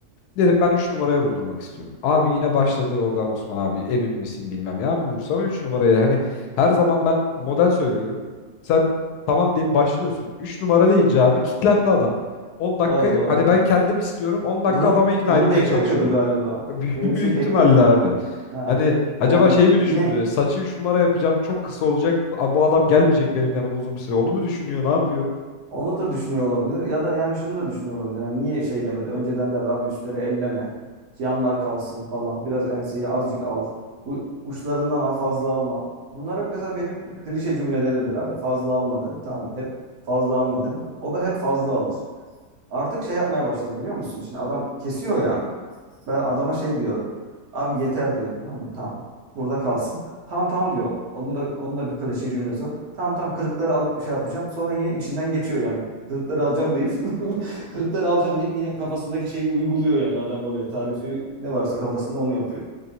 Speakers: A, on the left; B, on the right.
A: Derim ben 3 numaraya vurdurmak istiyorum. Abi yine başladı oradan Osman abi emin misin bilmem ya. Abi vursana 3 numaraya. Hani her zaman ben model söylüyorum. Sen tamam deyip başlıyorsun. üç numara deyince abi kitlendi adam. on dakika
B: Allah
A: hani
B: Allah.
A: ben kendim istiyorum 10 dakika
B: Bunu
A: adamı ikna
B: bunu
A: etmeye
B: beklemiyordu
A: çalışıyorum.
B: galiba.
A: <laughs> Büyük
B: Böyle bir şey
A: ihtimalle
B: beklemiyordu
A: abi.
B: adam. Ha.
A: Hani acaba
B: Yani
A: şey mi düşündü?
B: yine
A: Saçı 3 numara yapacağım çok kısa olacak. Bu adam gelmeyecek benim yanıma uzun bir süre. Onu mu düşünüyor ne yapıyor?
B: Onu da düşünüyor olabilir. Ya da yani şunu da düşünüyor olabilir. Hani niye şey demedi? Önceden derdi abi üstleri elleme. Yanlar kalsın falan. Biraz enseyi azıcık al. Bu uçlarından al fazla alma. Bunlar hep mesela benim klişe cümlelerimdir abi. Fazla alma derim tamam mı? Hep fazla alma derim. O da hep fazla alır. Artık şey yapmaya başladım biliyor musun? Şimdi adam kesiyor ya. Ben adama şey diyorum. Abi yeter diyorum. Tamam mı? Tamam. Burada kalsın. Tamam tamam diyor. Onun da onun da bir klişe cümlesi var. Tamam tamam kırıkları alıp şey yapacağım. Sonra yine içinden geçiyor yani. Kırıkları alacağım deyip <laughs> kırıkları alacağım deyip yine kafasındaki şeyi uyguluyor yani adam oraya. Tarifi ne varsa kafasında onu yapıyor.